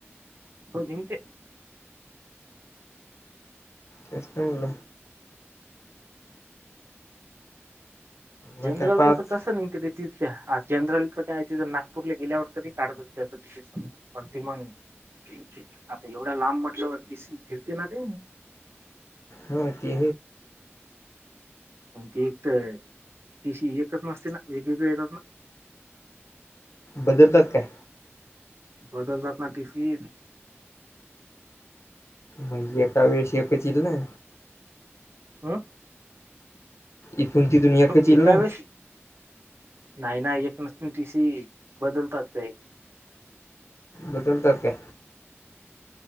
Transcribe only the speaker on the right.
हो नि ते
जिमल
तर कस निेमते तिथ हा जनरलच काय तिथ नागपूरला गेल्यावर तरी काढतात त्याच पण ते मग आता एवढा लांब म्हटलंवर किसी फिरते ना ते
मग तेी एक तर तिशी एकच नसते ना वेगवेगळे येतात ना
बजाात ना टीफी
हम
हो
येेतवेस.
नाही ना एक नस टी सी बदलतात एक